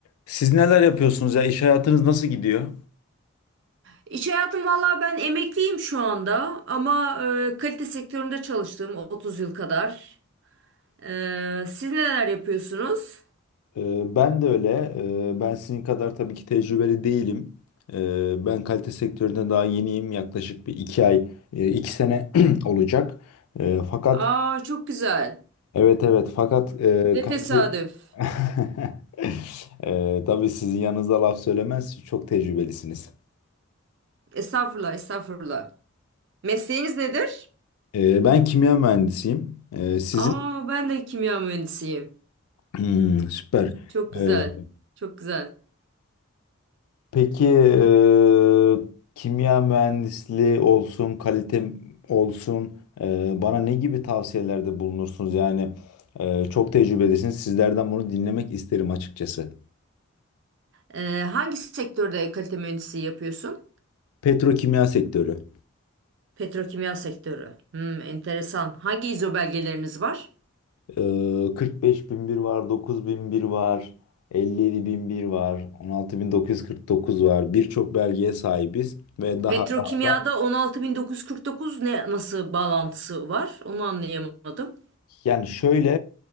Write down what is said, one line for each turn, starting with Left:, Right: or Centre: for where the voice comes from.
Left: Siz neler yapıyorsunuz ya? İş hayatınız nasıl gidiyor?
Right: İş hayatım valla ben emekliyim şu anda ama e, kalite sektöründe çalıştım 30 yıl kadar. E, siz neler yapıyorsunuz?
Left: Ee, Ben de öyle. Ee, Ben sizin kadar tabii ki tecrübeli değilim. Ee, Ben kalite sektöründe daha yeniyim. Yaklaşık bir iki ay, e, iki sene <clears throat> olacak. Ee, Fakat
Right: Aa çok güzel.
Left: evet evet fakat e,
Right: Ne
Left: kalite...
Right: tesadüf.
Left: <laughs> Ee, tabii sizin yanınızda laf söylemez. Siz Çok tecrübelisiniz.
Right: Estağfurullah, estağfurullah. Mesleğiniz nedir?
Left: Ee, Ben kimya mühendisiyim. Ee, Sizin
Right: Aa ben de kimya mühendisiyim.
Left: Hmm, süper.
Right: Çok
Left: Ee,
Right: güzel, çok güzel.
Left: Peki eee, kimya mühendisliği olsun, kalite olsun eee, bana ne gibi tavsiyelerde bulunursunuz? Yani eee, çok tecrübelisiniz. Sizlerden bunu dinlemek isterim açıkçası.
Right: E, hangi sektörde kalite mühendisliği yapıyorsun?
Left: Petrokimya sektörü.
Right: Petrokimya sektörü. Hmm, enteresan. Hangi ISO belgeleriniz var?
Left: Eee 45.001 var, 9.001 var, 57.001 var, 16.949 var. Birçok belgeye sahibiz ve daha
Right: Petrokimyada
Left: daha
Right: 16.949 ne nasıl bağlantısı var? Onu anlayamadım.
Left: Yani şöyle